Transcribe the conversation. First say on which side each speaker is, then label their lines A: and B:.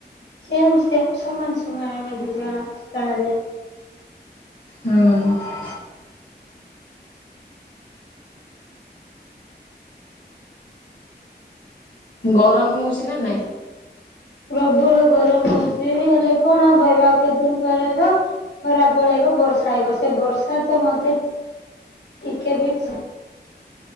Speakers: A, on the left; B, on the left.
A: ସେମ୍ ସେମ ସମାନ ସମାନ ଆମେ ଦି ଜଣ ତାହେଲେ
B: ହୁଁ। ଗରମ ହେଉଛି ନା ନାଇଁ?
A: ପ୍ରବଳ ଗରମ ହୋଉଚି ହେଲେ କଣ ହବ ଆଉ କେତେ ଦିନ ପରେ ତ ଖରା ପଳେଇବ ବର୍ଷା ଆଇବ ସେ ବର୍ଷା ତ ମତେ ଟିକେ ବି